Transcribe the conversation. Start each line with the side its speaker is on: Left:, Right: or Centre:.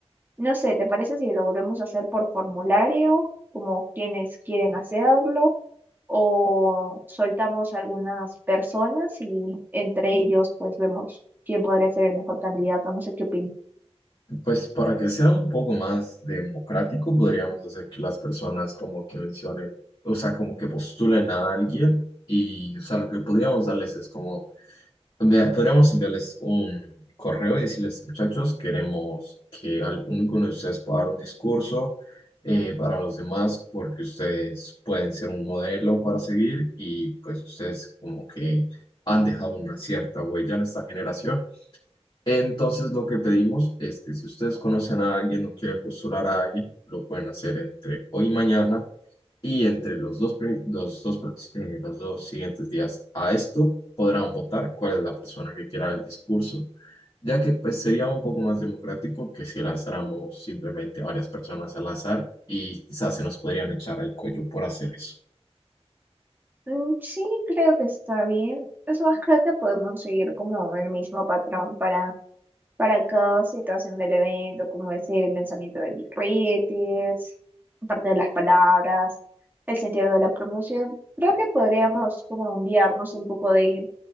Right: no sé, ¿te parece si lo volvemos a hacer por formulario, como quienes quieren hacerlo, o soltamos algunas personas y entre ellos pues vemos quién podría ser el mejor candidato, no sé qué opinas.
Left: Pues para que sea un poco más democrático, podríamos hacer que las personas como que mencionen, o sea, como que postulen a alguien y, o sea, lo que podríamos darles es como, enviar- podríamos enviarles un correo y decirles, muchachos, queremos que alguno de ustedes pueda dar un discurso eh, para los demás porque ustedes pueden ser un modelo para seguir y pues ustedes como que han dejado una cierta huella en esta generación. Entonces lo que pedimos es que si ustedes conocen a alguien o quieren postular a alguien, lo pueden hacer entre hoy y mañana y entre los dos, pri- los dos, prox- eh, los dos siguientes días a esto podrán votar cuál es la persona que quiera el discurso, ya que pues sería un poco más democrático que si lanzáramos simplemente varias personas al azar y quizás se nos podrían echar al cuello por hacer eso.
Right: Mm, Sí, creo que está bien. Es más, creo que podemos seguir como el mismo patrón para, para cada situación del evento, como es el lanzamiento de birretes, parte de las palabras, el sentido de la promoción. Creo que podríamos como guiarnos un poco de ello.